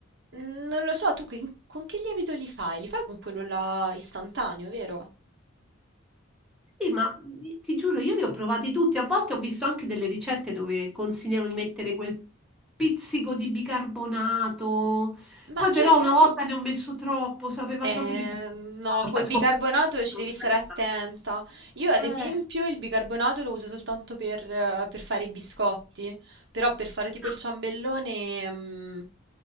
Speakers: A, on the right; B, in the centre.
A: Mm, Non lo so, tu che- con che lievito li fai? Li fai con quello là istantaneo, vero?
B: Sì, ma mhmm, ti giuro, io li ho provati tutti. A volte ho visto anche delle ricette dove consigliano di mettere quel pizzico di bicarbonato.
A: Ma
B: Poi
A: io,
B: però una volta ne ho messo troppo, sapeva
A: Eh,
B: proprio di <laughs>
A: no,
B: bicarbonato
A: col bicarbonato
B: la
A: ci
B: torta.
A: devi stare attenta. Io, ad
B: <laughs>
A: esempio,
B: Eh,
A: il bicarbonato lo uso soltanto per, eh, per fare i biscotti, però per fare tipo
B: ah,
A: il ciambellone, mm,